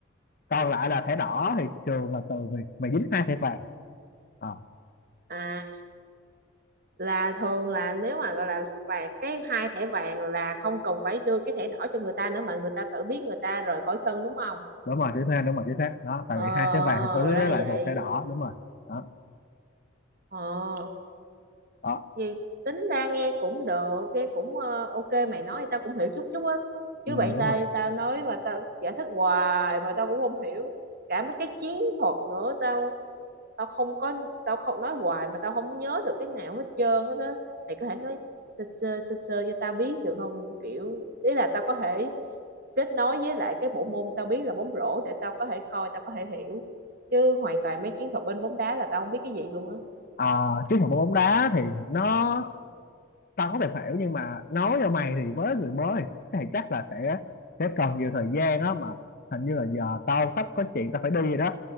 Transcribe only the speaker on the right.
à là thường là nếu mà gọi là phạt cái hai thẻ vàng là không cần phải đưa cái thẻ đỏ cho người ta nữa mà người ta tự biết người ta rời khỏi sân đúng không
ờ
ra
vậy
ờ
vì tính ra nghe cũng được nghe cũng ờ, ok mày nói thì tao cũng hiểu chút chút á
chứ bạn
tao
tao nói mà tao giải thích hoài mà tao cũng không hiểu cả mấy cái chiến thuật nữa tao tao không có tao không nói hoài mà tao không có nhớ được cái nào hết trơn á đó mày có thể nói sơ sơ sơ sơ cho tao biết được không kiểu ý là tao có thể kết nối với lại cái bộ môn tao biết là bóng rổ để tao có thể coi tao có thể hiểu chứ hoàn toàn mấy chiến thuật bên bóng đá là tao không biết cái gì luôn á